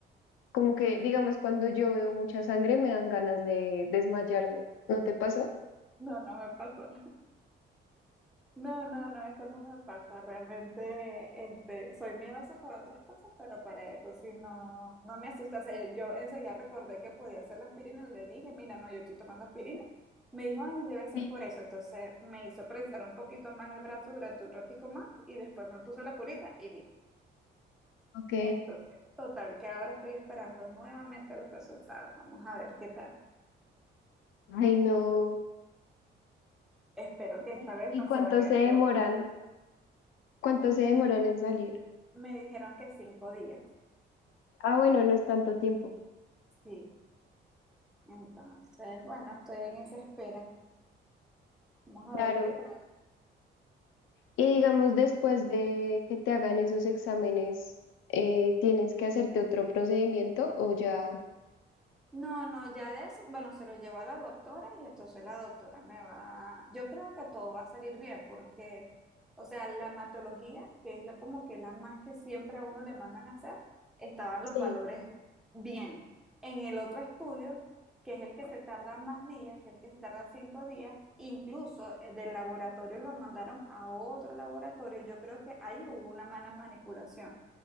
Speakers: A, on the left; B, in the centre.
A: como que, digamos, cuando yo veo mucha sangre me dan ganas de desmayarme? ¿No te pasó?
B: no, no me pasó. No, no, no, eso no me pasa. Realmente, este, soy miedosa para otras cosas, pero para eso sí no, no me asusta. O sea, yo yo, enseguida recordé que podía hacer la aspirina, le dije, mira, no, yo estoy tomando aspirina. Me dijo, ay, debe ser
A: Sí.
B: por eso. Entonces me hizo prensar un poquito más el brazo durante un ratico más y después me puso la curita y vi.
A: Ok.
B: Entonces, total, que ahora estoy esperando nuevamente los resultados. Vamos a ver qué tal.
A: Ay, no.
B: Espero que esta
A: ¿Y
B: vez no
A: y cuánto
B: se vayan
A: se
B: a equivocar.
A: demoran? ¿Cuánto se demoran en salir?
B: Me dijeron que cinco días.
A: Ah, bueno, no es tanto tiempo.
B: Sí, Entonces, bueno, estoy en esa espera. Vamos
A: Claro.
B: a ver qué tal.
A: Y digamos, después de que te hagan esos exámenes, eh, ¿tienes que hacerte otro procedimiento o ya?
B: No, no, ya de eso, bueno, se lo llevo a la doctora y entonces la doctora me va, yo creo que todo va a salir bien porque, o sea, la hematología, que es la, como que la más que siempre a uno le mandan a hacer, estaban
A: Sí,
B: los valores bien. En el otro estudio, que es el que se tarda más días, que es el que se tarda cinco días, incluso eh, del laboratorio lo mandaron a otro laboratorio, yo creo que ahí hubo una mala manipulación.